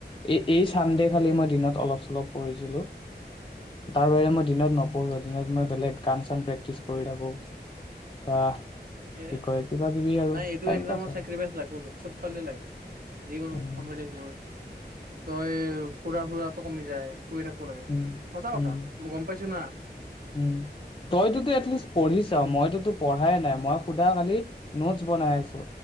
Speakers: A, on the left (about 30°); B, on the right (about 55°).
A: এই-এই চানডে খালি মই দিনত অলপ-চলপ পঢ়িছিলো। তাৰ বাহিৰে মই দিনত নপ পৰু এ দিনত মই বেলেগ গান চান প্ৰেক্টিচ কৰি থাকো। বা
B: এ
A: কি কয় কিবা কিবি আৰু
B: নাই এইটো
A: টাইম
B: এজাম
A: পাছ
B: ত
A: আৰু
B: ছেক্ৰিফাইচ লাগবো বেহ চবফালে লগে যিকোনো
A: উম
B: কম্পেটাতিভে এক্সমত। তই পুৰা ঘোঁৰাটো ক কমি যায়। পঢ়ি থাকিব লাগে অকল,
A: উম
B: সঁচা কথা
A: উম
B: মই গম পাইছো না।
A: উম তইটোটো এটলিষ্ট পঢ়িছ মইতোতো পঢ়ায়ে নাই মই শুদা খালি নোটছ বনাই আছো।